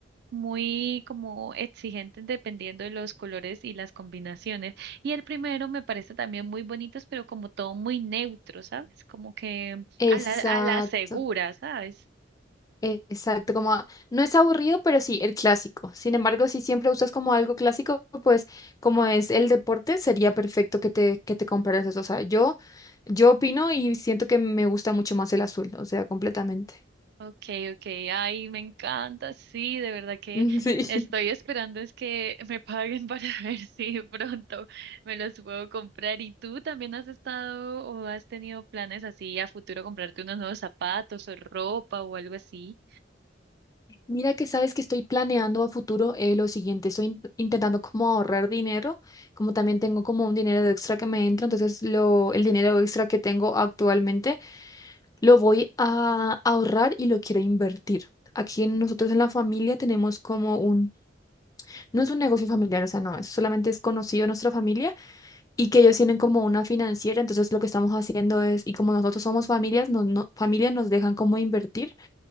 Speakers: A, on the right; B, on the left.
A: muy como exigentes dependiendo de los colores y las combinaciones. Y el primero me parece también muy bonitos pero como todo muy neutro, ¿sabes? Como que
B: Exacto.
A: a la, a la segura, ¿sabes?
B: E- Exacto, como a- no es aburrido, pero sí el clásico. Sin embargo, si siempre usas como algo clásico, pues como es el deporte, sería perfecto que te, que te compraras eso. O sea, yo, yo opino y siento que me gusta mucho más el azul, o sea, completamente.
A: Okay, okay, ay, me encanta, sí, de verdad que
B: <laughs>
A: estoy
B: Sí.
A: esperando es que me paguen para <laughs> ver si de pronto me los puedo comprar. ¿Y tú también has estado o has tenido planes así a futuro comprarte unos nuevos zapatos o ropa o algo así?
B: Mira que sabes que estoy planeando a futuro eh, lo siguiente, estoy in- intentando como ahorrar dinero, como también tengo como un dinero extra que me entra, entonces lo, el dinero extra que tengo actualmente Lo voy a ahorrar y lo quiero invertir. Aquí en- nosotros en la familia tenemos como un, no es un negocio familiar, o sea, no, es solamente es conocido en nuestra familia y que ellos tienen como una financiera, entonces lo que estamos haciendo es, y como nosotros somos familias, nos, no, familia nos dejan como invertir,